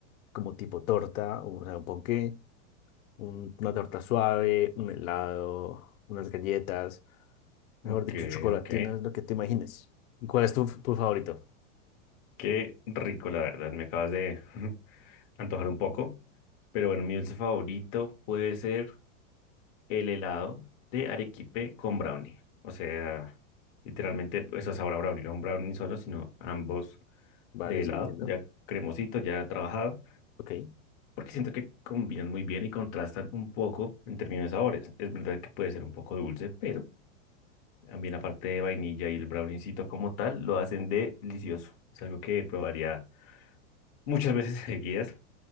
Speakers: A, on the left; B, on the left.
A: como tipo torta, o sea, un ponqué, un- una torta suave, un helado, unas galletas, mejor
B: Ok,
A: dicho, chocolatinas,
B: ok.
A: lo que te imagines. ¿Y cuál es tu, tu favorito?
B: Qué rico, la verdad. Me acabas de <laughs> antojar un poco. Pero bueno, mi dulce favorito puede ser. el helado de arequipe con brownie. O sea, literalmente, eso es ahora brownie, no un brownie solo, sino ambos
A: Vale,
B: de helado,
A: sí, entiendo.
B: ya cremosito, ya trabajado,
A: Ok,
B: porque siento que combinan muy bien y contrastan un poco en términos de sabores. Es verdad que puede ser un poco dulce, pero también la parte de vainilla y el browniecito como tal lo hacen delicioso. Es algo que probaría muchas veces <laughs> seguidas.